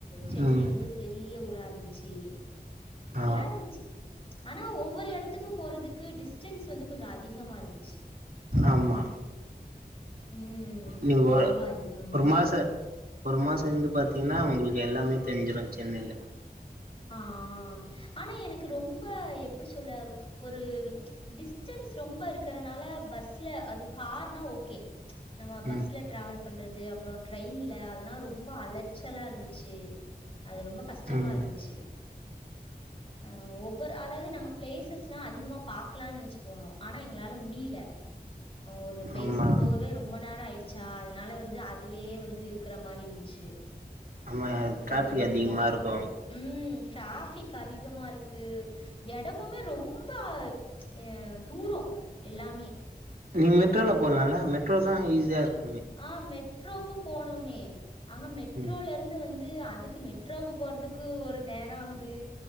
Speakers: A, on the left (about 35°); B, on the right (about 65°).
A: சென்னை
B: ம்
A: வந்து பெரிய ஊ ரா இருந்துச்சு
B: ஆ
A: நல்லாருந்துச்சு ஆனா ஒவ்வொரு எடத்துக்கு போறதுக்கு டிஸ்டன்ஸ் வந்து கொஞ்ச அதிகமா இருந்துச்சு
B: ஆமா
A: ம்.
B: நீ ஒ
A: ரொம்ப அதிகமா இருந்துச்சு.
B: ஒரு மாச ஒரு மாச இருந்து பாத்திங்னா உங்ளுக்கு எல்லாமே தெரிஞ்சிரு சென்னைல
A: ஆ ஆனா எனக்கு ரொம்ப எப்டி சொல்ல ஒரு டிஸ்டன்ஸ் ரொம்ப இருக்கறனால பஸ்ல அது கார்னா ஓகே நம்ம
B: ம்
A: பஸ்ல டிராவல் பண்றது அப்புற ட்ரெயின்ல அதெல்லா ரொம்ப அலைச்சலா இருந்துச்சு அது ரொம்ப கஷ்டமா
B: ம்
A: இருந்துச்சு ஆஹ் ஒவ்வொரு அதாவது நாங்க பிளேசஸ்னா அதிகமா பாகக்கலான்னு நெனச்சு போனோ ஆனா எங்களால முடில ஒரு பிளேஸுக்கு
B: ஆமா
A: போகவே ரொம்ப நேரோ ஆயிடுச்சா அதனால வந்து அதுலயே வந்து இருக்கற மாரி இருந்துச்சு
B: ஆமா டிராஃபிக்
A: ஒரு ரெண்டு
B: அதிகமா
A: மால்
B: இருக்கு
A: போனு ம் டிராஃபிக் அதிகமா இருக்கு எடமுமே ரொம்ப அஹ் தூரு எல்லாமே
B: நீங்க மெட்ரோல போலால்ல மெட்ரோ தான் அங்க ஈஸியா இருக்கூ
A: ஆஹ் மெட் ட்ரோக்கூ போனுமே அங்க மெட்ரோல
B: ம்
A: இருந்து வந் து அதுக்கு மெட்ரோக்கு போறதுக்கு ஒரு நேரோ ஆவுது